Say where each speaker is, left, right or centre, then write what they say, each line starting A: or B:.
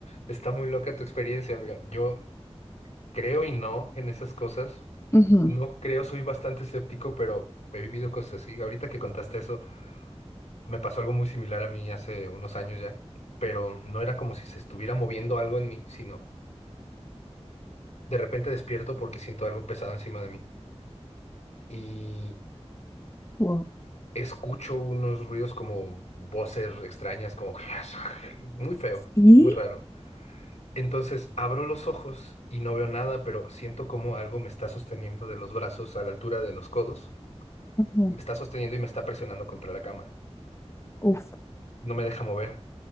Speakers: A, on the left; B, on the left.
A: está muy loca tu experiencia. Mira, yo creo y no en esas cosas,
B: Ujú,
A: No creo, soy bastante escéptico, pero he vivido cosas así. Ahorita que contaste eso, me pasó algo muy similar a mí hace unos años ya, pero no era como si se estuviera moviendo algo en mí, sino de repente despierto porque siento algo pesado encima de mí y
B: Wow.
A: escucho unos ruidos como voces extrañas, como <laughs> muy feo,
B: ¿Sí?
A: muy raro. Entonces abro los ojos y no veo nada, pero siento como algo me está sosteniendo de los brazos a la altura de los codos,
B: ujú,
A: me está sosteniendo y me está presionando contra la cama.
B: Uf.
A: no me deja mover.